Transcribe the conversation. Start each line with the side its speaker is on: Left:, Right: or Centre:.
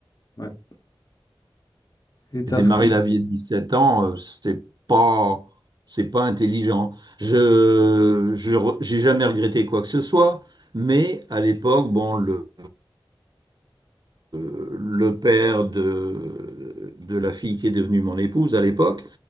Left: ouais. Et ta
Right: J'ai démarré
Left: femme,
Right: la vie à dix-sept ans, euh, c'est pas, c'est pas intelligent. Je, je, re- j'ai jamais regretté quoi que ce soit, mais à l'époque, bon, le, euh, le père de, de la fille qui est devenue mon épouse à l'époque,